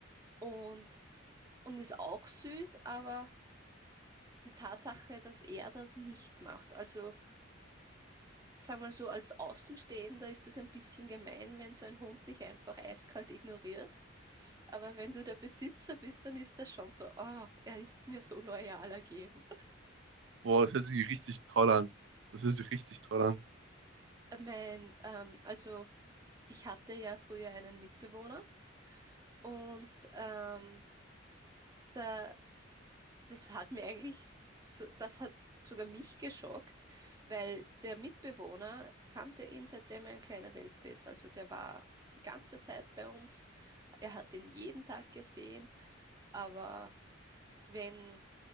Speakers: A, on the right (about 20°); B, on the right (about 65°).
A: Und, und ist auch süß, aber die Tatsache, dass er das nicht macht, also sagen wir so, als Außenstehender ist es ein bisschen gemein, wenn so ein Hund dich einfach eiskalt ignoriert. Aber wenn du der Besitzer bist, dann ist das schon so, ah, er ist mir so loyal ergeben.
B: Boah, das hört sich richtig toll an. Das hört sich richtig toll an.
A: Mein, ähm, also ich hatte ja früher einen Mitbewohner und ähm, da, das hat mir eigentlich, so, das hat sogar mich geschockt, weil der Mitbewohner kannte ihn, seitdem er ein kleiner Welpe ist. Also der war die ganze Zeit bei uns. Er hat ihn jeden Tag gesehen Aber wenn